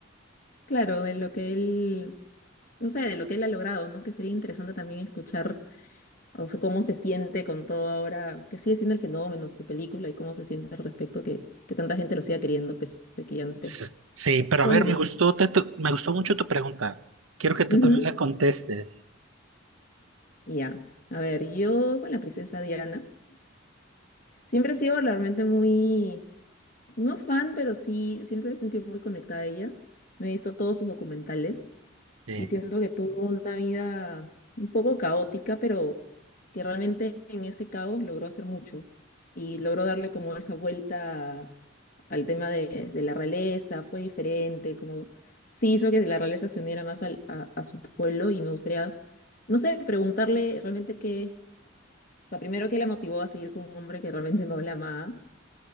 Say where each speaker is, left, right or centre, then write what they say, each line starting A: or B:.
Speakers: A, on the left (about 45°); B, on the right (about 85°).
A: Claro, de lo que él, no sé, de lo que él ha logrado, ¿no? Que sería interesante también escuchar, o sea, cómo se siente con todo ahora, que sigue siendo el fenómeno, su película y cómo se siente al respecto, que, que tanta gente lo siga queriendo, pese a que ya no esté.
B: S- Sí, pero
A: Bonito.
B: a ver, me gustó, te- tu- me gustó mucho tu pregunta. Quiero que tú
A: Ujú,
B: también la contestes.
A: y Ya, a ver, yo con la princesa Diana, siempre he sido realmente muy, no fan, pero sí, siempre me he sentido muy conectada a ella. Me he visto todos sus documentales.
B: Sí. E-
A: Y siento que tuvo una vida un poco caótica, pero que realmente en ese caos logró hacer mucho y logró darle como esa vuelta al tema de, de la realeza, fue diferente, como sí hizo que la realeza se uniera más al- a, a su pueblo y me gustaría, no sé, preguntarle realmente qué, o sea, primero qué la motivó a seguir con un hombre que realmente no la amaba